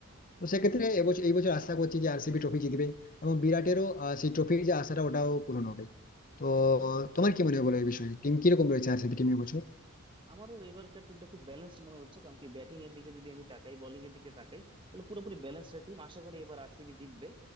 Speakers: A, on the left (about 40°); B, on the right (about 20°).
A: তো সেক্ষেত্রে এবছর এই বছর আশা করছি যে আরসিবি ট্রফি জিতবে এবং বিরাটেরও আহ, সেই ট্রফির যে আশাটা ওটাও পূরণ হবে তো তোমার কি মনে হয় বলো এই বিষয়ে টিম কিরকম রয়েছে আরসিবি টিম এবছর
B: আমারও এবারকার টিমটা খুব ব্যালেন্সড মনে হচ্ছে কারণ কি ব্যাটিং এর দিকে যদি আমি তাকাই বোলিং এর দিকে তাকাই তাহলে পুরোপুরি ব্যালেন্সড টিম আশা করি এবার আরসিবি জিতবে